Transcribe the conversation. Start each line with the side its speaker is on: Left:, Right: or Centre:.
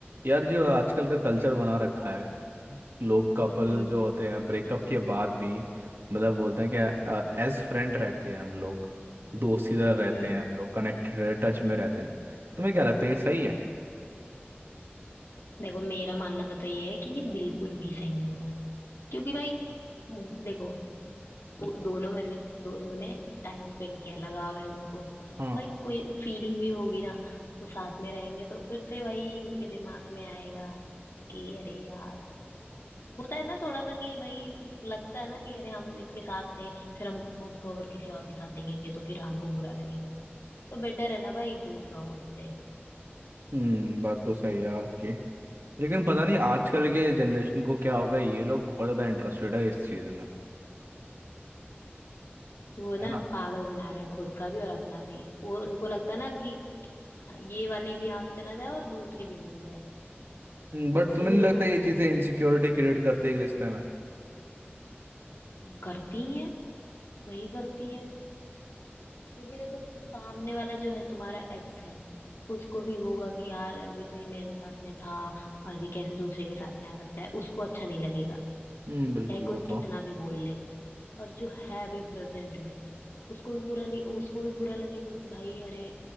Right: यार जो आजकल का कल्चर बना रखा है लोग कपल
Left: हम्म
Right: जो होते हैं ब्रेकअप के बाद भी मतलब बोलते हैं कि एज फ्रेंड रहते हैं हम लोग दोस्त की तरह रहते
Left: हम्म
Right: हैं हम्म। हम लोग कनेक्टेड टच में रहते हैं तुम्हें क्या लगता है ये सही है
Left: देखो मेरा मानना तो ये है कि ये बिल्कुल भी सही नहीं है क्योंकि भाई हम्म, देखो वो दोनों में से दोनों ने टाइम स्पेंड किया लगाव है उनको
Right: हाँ
Left: भाई कोई फीलिंग भी होगी ना तो साथ में रहेंगे तो फिर से वही उनके दिमाग में आएगा कि अरे यार होता है ना थोड़ा सा कि भाई लगता है ना कि अरे हम इसके साथ थे फिर हम उसको अगर किसी और के साथ देखेंगे तो फिर हमको बुरा लगेगा तो बेटर है ना भाई दूर रहो उससे
Right: हम्म बात तो सही है आपकी लेकिन पता नहीं आजकल के जनरेशन को क्या होगा ये लोग बहुत ज़्यादा इंटरेस्टेड है इस चीज़ में
Left: वो
Right: है
Left: ना
Right: ना
Left: पागल बना रहे हैं खुद का भी और अपना भी वो उनको लगता है ना कि ये वाली भी हाथ से ना जाए और दूसरी भी मिल जाए
Right: बट तुम्हें
Left: क्योंकि
Right: नहीं
Left: देखो
Right: लगता ये चीज़ें इनसिक्योरिटी क्रिएट करते हैं एक रिश्ते में
Left: करती ही हैं वही करती हैं क्योंकि देखो सामने वाला जो है तुम्हारा एक्स है उसको भी होगा कि यार अभी तो ये मेरे साथ में था और भी कैसे दूसरे के साथ में आ सकता है उसको अच्छा नहीं लगेगा
Right: हम्म बिल्कुल
Left: चाहे कोई
Right: बताओ
Left: कितना भी बोल ले और जो है अभी प्रेजेंट में उसको भी बुरा नहीं उसको भी बुरा लगेगा कि भाई अरे